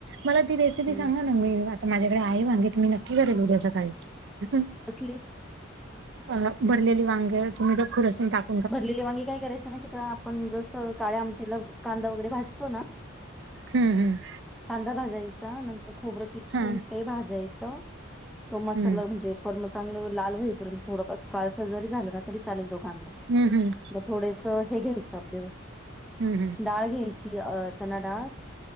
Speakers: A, on the right; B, in the centre.
A: मला ती रेसिपी
B: हम्म
A: सांगा ना, मी म आता माझ्याकडे आहे वांगी, तर मी नक्की करेल उद्या सकाळी अं हं
B: कसली?
A: अ भरलेली वागं तुम्ही त्यात खुरसनी टाक
B: भरलेली वांगी काय करायचं माहिती का, आपण जसं काळ्या आमटीला कांदा वगैरे भाजतो ना
A: हम्म -हम्.
B: कांदा भाजायचा नंतर खोबरं किसून
A: हा
B: ते भाजायचं, तो मसाला
A: हम्म
B: म्हणजे पण म चांगलं लाल होईर्यंत थोडं कसं काळसर जरी झालं ना तरी चालेलं तो कांदा.
A: हम् -हम,
B: म थोडेस हे घ्यायचं आपलं
A: हम्म हम्म
B: डाळ घ्याय ही अं चणादाळ,